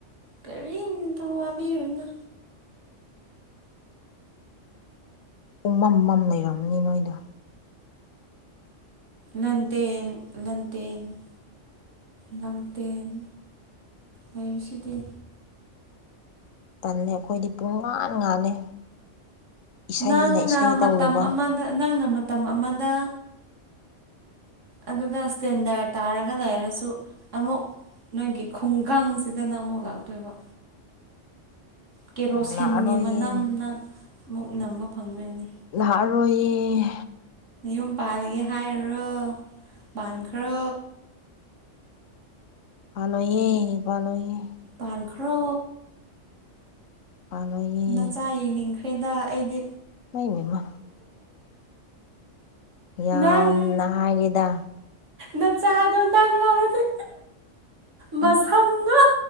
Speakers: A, on the right; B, on the left.
A: ꯀꯔꯤꯝꯇ ꯋꯥꯕꯤꯔꯨꯅ
B: ꯎꯃꯝ ꯃꯝ ꯂꯩꯔꯝꯅꯤ ꯅꯣꯏꯗꯣ
A: ꯂꯟꯗꯦꯟ ꯂꯟꯗꯦꯟ ꯂꯥꯡꯗꯦꯟ ꯂꯩ ꯁꯤꯗꯤ
B: ꯇꯜꯂꯦ ꯑꯩꯈꯣꯏꯗꯤ ꯄꯨꯡ ꯉꯥꯟ ꯉꯥꯜꯂꯦ ꯏꯁꯩꯅ
A: ꯅꯪꯅ
B: ꯏꯁꯩ
A: ꯃꯇꯝ
B: ꯇꯧꯔꯤꯕ
A: ꯑꯃꯗ ꯅꯪꯅ ꯃꯇꯝ ꯑꯃꯗ ꯑꯗꯨꯗ ꯏꯁꯇꯦꯟꯗꯔ ꯇꯥꯔꯒ ꯂꯩꯔꯁꯨ ꯑꯃꯨꯛ ꯅꯣꯏꯒꯤ ꯈꯨꯡꯒꯪꯁꯤꯗꯅꯪ ꯑꯃꯨꯛ ꯂꯥꯛꯇꯣꯏꯕ ꯀꯦꯔꯣꯁꯤꯟꯒꯤ
B: ꯂꯥꯛꯑꯔꯣꯏꯌꯦ
A: ꯃꯅꯝꯅ ꯃꯨꯛ ꯅꯝꯕ ꯐꯪꯒꯣꯏꯅꯤ
B: ꯂꯥꯔꯣꯏꯌꯦ
A: ꯌꯨꯝ ꯄꯥꯜꯂꯒꯦ ꯍꯥꯏꯔꯨꯔꯣ ꯄꯥꯟꯈ꯭ꯔꯣ
B: ꯄꯜꯂꯣꯏꯌꯦ ꯄꯜꯂꯣꯏꯌꯦ
A: ꯄꯥꯟꯈ꯭ꯔꯣ
B: ꯄꯥꯜꯂꯣꯏꯌꯦ
A: ꯅꯆꯥ ꯌꯦꯡꯅꯤꯡꯈ꯭ꯔꯦꯗ ꯑꯩꯗꯤ
B: ꯏꯃꯥꯏ ꯄꯦꯝꯃ ꯌꯥꯝꯅ
A: ꯅꯪ
B: ꯍꯥꯏꯒꯦꯗ
A: ꯅꯆꯥꯗꯣ ꯅꯪ ꯂꯧꯔꯗꯤ ꯃꯁꯝꯗꯣ
B: ꯎꯝ